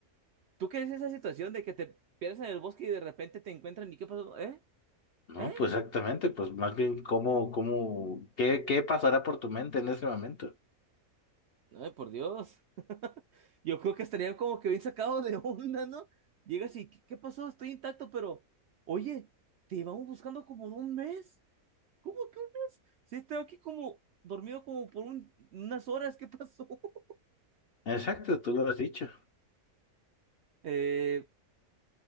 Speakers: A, on the right; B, on the left.
A: ¿Tú qué es esa situación de que te pierdes en el bosque y de repente te encuentran y qué pasó? ¿Eh?
B: No,
A: ¿Eh?
B: pues exactamente, pues más bien cómo, cómo, qué, qué pasará por tu mente en ese momento.
A: Ay, por Dios. <laughs> Yo creo que estarían como que bien sacados de <laughs> onda, ¿no? Llegas y, ¿qué, qué pasó? Estoy intacto, pero, oye, te llevamos buscando como un mes. ¿Cómo que un mes? Si he estado aquí como dormido como por un- unas horas, ¿qué pasó? <laughs>
B: Exacto, tú lo has dicho.
A: Eh,